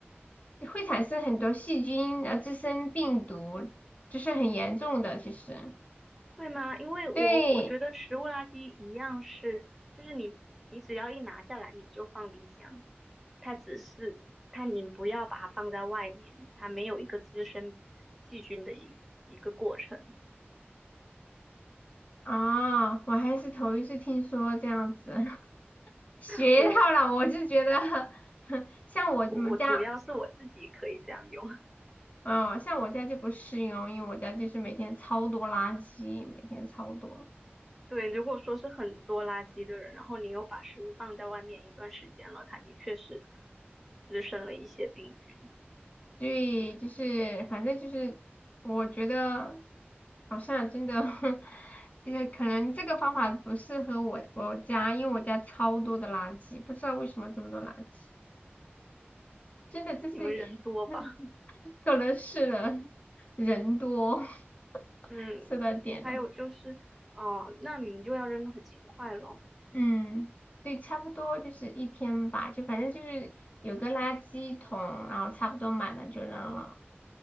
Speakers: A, on the left; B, in the centre.
A: 会产生很多细菌，然后滋生病毒，这是很严重的。其实
B: 会吗？因为我我觉得食物垃圾一样是，
A: 对
B: 就是你你只要一拿下来，你就放冰箱，它只是它你不要把它放在外面，它没有一个滋生细菌的一一个过程。
A: 啊，我还是头一次听说这样子，<laughs> 学到了，
B: 我
A: 我就觉得 <laughs> 像我们家，
B: 我我主要是我自己可以这样用。
A: 嗯、像我家就不适用，因为我家就是每天超多垃圾，每天超多。
B: <laughs> 对，如果说是很多垃圾的人，然后你又把食物放在外面一段时间了，它的确是滋生了一些病菌。
A: 对，就是反正就是我觉得好像真的 <laughs>，就是可能这个方法不适合我我家，因为我家超多的垃圾，不知道为什么这么多垃圾，真的就是
B: 你们人多吧？
A: <laughs> 可能是人人多 <laughs>
B: 嗯，
A: 是到点了。
B: 还有就是，哦、那你就要扔的很勤快咯。
A: 嗯，对，差不多就是一天吧，就反正就是有个垃圾桶，然后差不多满了就扔了，